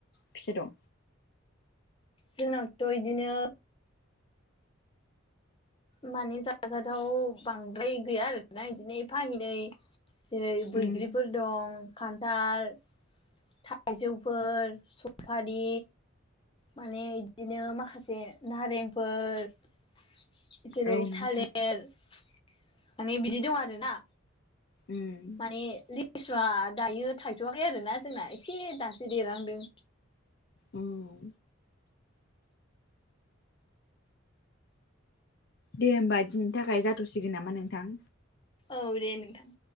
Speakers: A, on the left; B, on the left.
A: फिथाइ दं?
B: जोंनाथ' इदिनो माने जाजाथाव बांद्राय गैया आरोना बिदिनो फाहैनै। जेरै बैग्रिफोर
A: उम
B: दं खान्थाल थाइजौफोर सफारि। माने इदिनो माखासे नारेंफोर जेरै
A: औ नोंथां
B: थालिर माने बिदि दं आरोना।
A: उम।
B: माने लिसुआ दायो थायथ'वाखै आरोना जोंना एसे दासो देरहांदों।
A: उम। दे होमबा दिनैनि थाखाय जाथ'सिगोन नामा नोंथां?
B: औ दे नोंथां।